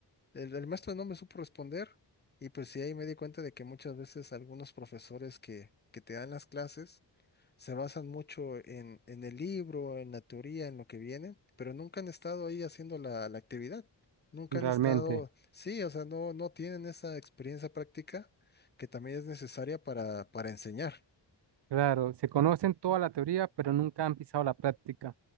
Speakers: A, on the left; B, on the right.
A: el, el maestro no me supo responder y pues sí, ahí me di cuenta de que muchas veces algunos profesores que, que te dan las clases se basan mucho en, en el libro, en la teoría, en lo que vienen, pero nunca han estado ahí haciendo la, la actividad. Nunca
B: realmente,
A: han estado, sí, o sea, no, no tienen esa experiencia práctica que también es necesaria para, para enseñar.
B: claro, se conocen toda la teoría, pero nunca han pisado la práctica.